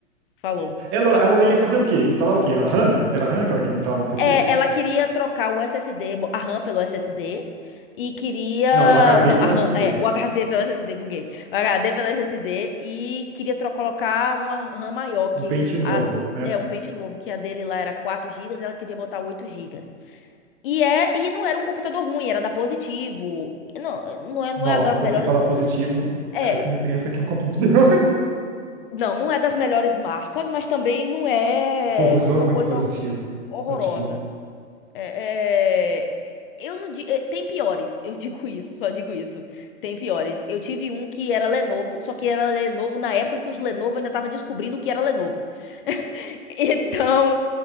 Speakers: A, on the left; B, on the right.
A: falou.
B: Ela,
A: Chegou
B: ela
A: falando
B: ia fazer o quê? Instalar o quê? Era RAM? Era RAM que ela queria instalar no PC?
A: É, ela queria trocar o SSD, bo- a RAM pelo SSD e queria,
B: Não, o HD
A: não,
B: pelo
A: a RAM,
B: SSD.
A: é, o HD pelo SSD, buguei. O HD pelo SSD e queria tro colocar uma RAM maior que
B: um pente novo,
A: a
B: né?
A: é um pente novo, que a dele lá era quatro gigas ela queria botar oito gigas E é e não era um computador ruim, era da Positivo. Não, não é, não
B: Nossa,
A: é das
B: quando
A: melhores,
B: você fala positivo,
A: é,
B: é o que me pensa que é um computador. <laughs>
A: não, não é das melhores marcas, mas também não é
B: O povo usou
A: uma
B: muito
A: coisa
B: positivo.
A: horrorosa.
B: Notebook.
A: É, é, eu não di- é, tem piores, eu <laughs> digo isso, só digo isso. Tem piores. Eu tive um que era Lenovo, só que era Lenovo na época que os Lenovo ainda tava descobrindo o que era Lenovo. <laughs> Então,